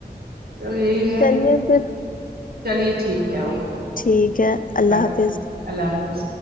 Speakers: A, on the right; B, on the left.
A: تو یہی ہے
B: چلیے پھر
A: چلیے ٹھیک ہے اوکے
B: ٹھیک ہے اللہ
A: بائے
B: حافظ
A: اللہ حافظ